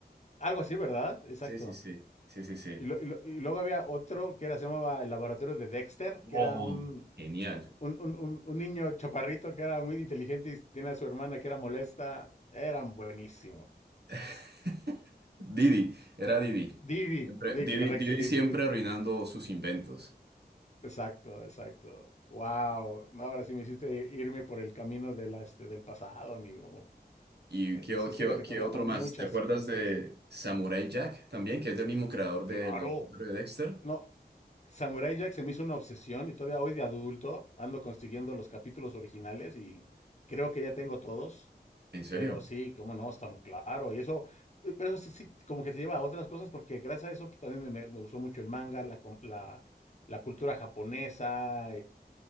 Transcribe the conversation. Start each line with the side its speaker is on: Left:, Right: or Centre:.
Left: Algo así, ¿verdad? Exacto.
Right: Sí, sí, sí, sí, sí, sí.
Left: Y, lo- y lo- y luego había otro que era, se llamaba El Laboratorio de Dexter, que
Right: Oh.
Left: era un,
Right: Genial.
Left: un, un- un- un niño chaparrito que era muy inteligente y tiene a su hermana que era molesta. Eran buenísimo.
Right: <laughs> Didi, era Didi.
Left: Didi,
Right: Siempre,
Left: sí,
Right: Didi,
Left: correcto,
Right: Didi
Left: Didi,
Right: siempre
Left: Didi.
Right: arruinando sus inventos.
Left: Exacto, exacto. Wow. Ahora sí me hiciste irme por el camino de la, este, del pasado, amigo.
Right: ¿Y
Left: Eh,
Right: qué,
Left: Hiciste
Right: o- qué,
Left: que
Right: o-
Left: recordara
Right: qué otro
Left: muchas
Right: más? ¿Te acuerdas
Left: cosas.
Right: de Samurai Jack también, que es del mismo creador del
Left: Claro.
Right: Laboratorio de Dexter?
Left: No, Samurai Jack se me hizo una obsesión y todavía hoy de adulto ando consiguiendo los capítulos originales y creo que ya tengo todos,
Right: ¿En serio?
Left: pero sí, cómo no, está muy claro. Y eso, eh, pero eso sí, sí, como que te lleva a otras cosas porque gracias a eso pues, también me, me- me gustó mucho el manga, la, com- la, la cultura japonesa